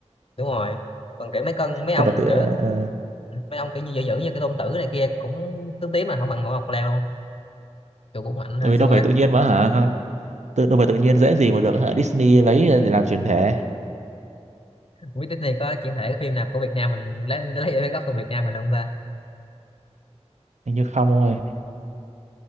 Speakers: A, on the left; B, on the right.
A: đúng rồi còn kiểu mấy con mấy ông
B: đâu phải tự
A: kiểu
B: ờ,
A: mấy ông kiểu như dữ dữ như cái tôn tử này kia cũng tướng tím mà không bằng Hoa Mộc Lan luôn kiểu cũng mạnh hồi
B: tại vì
A: xưa
B: đâu phải
A: ấy
B: tự nhiên mà hả tự đâu phải tự nhiên dễ gì mà được hả Disney lấy ờ, để làm chuyển thể
A: không biết Disney có chuyển thể cái phim nào của Việt Nam mình lấy lấy gốc từ Việt Nam mình không ta
B: hình như không ông ơi